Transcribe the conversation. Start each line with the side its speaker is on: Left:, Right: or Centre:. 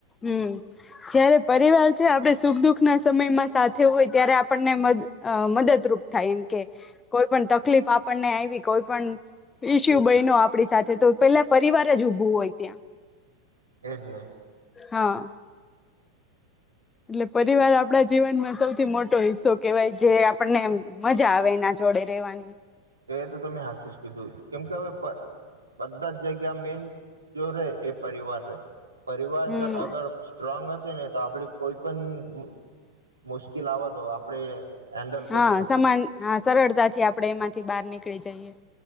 Left: હમ જયારે પરિવાર છે આપણે સુખ દુખ ના સમયમાં સાથે હોય ત્યારે આપણને મદ અ મદદરૂપ થાય એમ કે કોઈ પણ તકલીફ આપણને આવી કોઈ પણ ઈસ્યુ બયનો આપણી સાથે તો પેલા પરિવાર રજ ઉભું હોય ત્યાં
Right: એ જ ને
Left: હા એટલે પરિવાર આપડા જીવનમાં સૌથી મોટો હિસ્સો કેહેવાય જે આપણને મજા આવે એના જોડે રેવાની
Right: એ તો તમે હાચું જ કીધું કેમ કે હવે બધા જ જગ્યા મેન જો રે એ પરિવાર રેય પરિવાર
Left: હમ
Right: જો અગર સ્ટ્રોંગ હશે ને તો આપડી કોઈપણ મુ મુશ્ લાવવા દો આપણે હેન્ડલ કરી
Left: હા
Right: શકો
Left: સમાન હા સરળતાથી આપડે એમાંથી બહાર નીક પકડે જઈએ.